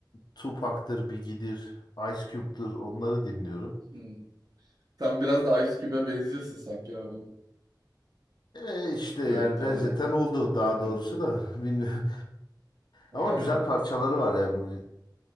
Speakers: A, on the left; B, on the right.
A: Tupac'tır, Biggie'dir, Ice Cube'dur onları dinliyorum.
B: Hı. Sen biraz da Ice Cube'e benziyorsun sanki abi
A: Ee, işte
B: görüntü
A: yani benzeten
B: olarak da.
A: oldu daha
B: Yani
A: doğrusu da <laughs> bilmiyorum.
B: he,
A: Ama güzel parçaları var yani.